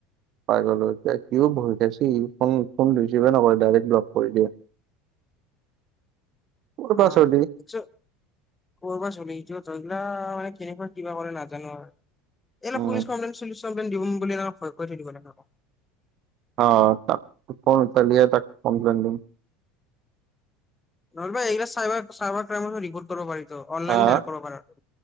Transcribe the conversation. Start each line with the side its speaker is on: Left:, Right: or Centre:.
Right: পাই গ'লো এতিয়া সিয়ো ভয় খাইছি ফন- ফন ৰিচিভে নকৰে ডাইৰেক্ট ব্লক কৰি দিয়ে। ক'ৰ পৰা
Left: অ,
Right: চৰ্দি?
Left: ইচ্চো। ক'ৰবা চলি এটোয়তো ইগলা মানে কেনেকুৱা কিবা কৰে নাজানো আৰ। এইবিলাক
Right: উম।
Left: পুলিচ কমপ্লেইন চুলিছ কমপ্লেইন দিম বুলি আৱ ভয় খুৱাই থাকিব লাগে আক।
Right: অ, তাক ফন তাক কমপ্লেইন দিম।
Left: নহলে বা এইগিলা চাইবাৰ- চাইবাৰ ক্ৰাইমত ৰিপৰ্ট কৰিব পাৰিটো অনলাইন
Right: হা?
Left: ডাইৰেক্ট কৰিব পাৰা।